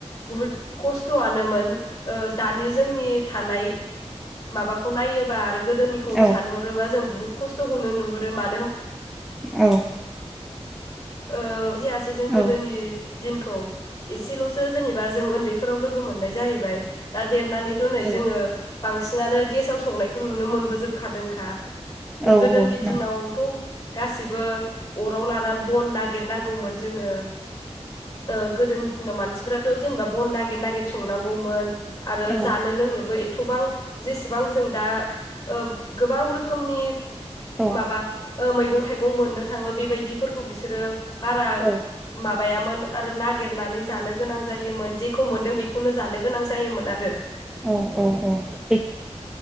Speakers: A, on the left; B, in the centre.
A: बुहुद खस्थआानोमोन ओ दानि जोंनि थानाय माबाखौ नायोबा गोदोनिखौ
B: औ
A: सानहरोबा जों बुहुत खस्थखौनो नुहुरो मानो होम
B: औ
A: <unintelligible> जायासै जों गोदोनि
B: औ
A: दिनखौ एसेलस सो जेनेबा जों उन्दैफोराव लोगो मोननाय जाहैबाय दा देरनानैथ नै
B: औ
A: जोङो बांसिनानो गेसाव संनायखौ नुनो मोनबोजोबखादोंखा।
B: औ
A: गोदोनि
B: औ
A: दिनावथ
B: नंगौ
A: गासिबो अराव लाना बन नागिरनांगौमोन जोङो ओ गोदोनि दिनाव मानसिफोराथ जेनेबा बन नागिर नागिर संनांगौमोन। आरो
B: औ
A: जानो लोंनोबो थबां जेसेबां जों दा ओ गोबां रोखोमनि
B: औ
A: माबा ओ मैंगं थाइगं मोननो थाङो बेबायदि फोरखौ बिसोरो बारा माब
B: औ
A: माबायामोन आरो नागिरनानै जानो गोनां जायोमोन जेखौ मोनदों बेखौनो जानो गोनां जायोमोन आरो।
B: औ औ सैथो